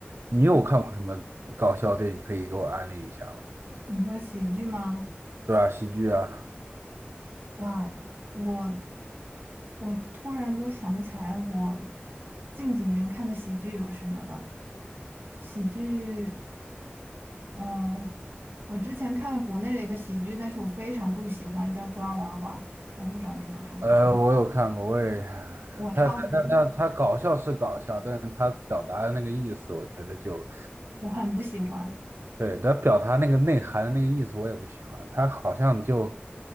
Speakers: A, on the right; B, on the right.
A: 你有看过什么搞笑电影可以给我安利一下吗？
B: 你说喜剧吗？
A: 对啊，喜剧啊，
B: 哇，我我突然都想不起来我近几年看的喜剧有什么了。喜剧，呃，我之前看国内的一个喜剧，但是我非常不喜欢，叫《抓娃娃》，我不知道你有没有看过。
A: 呃，我有看过，我也，
B: 我超级，
A: 他他他他他搞笑是搞笑，但是他表达的那个意思，我觉得就
B: 我很不喜欢，
A: 对，他表达那个内涵的那个意思我也不喜欢，他好像就